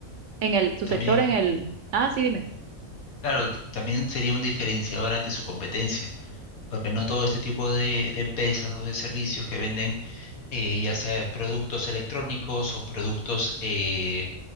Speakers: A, on the right (about 65°); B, on the left (about 85°).
A: en el, su
B: también,
A: sector en el... Ah, sí, dime.
B: claro, t- también sería un diferenciador ante su competencia. porque no todo este tipo de, de empresas o de servicios que venden eh, ya sea productos electrónicos o productos, eh,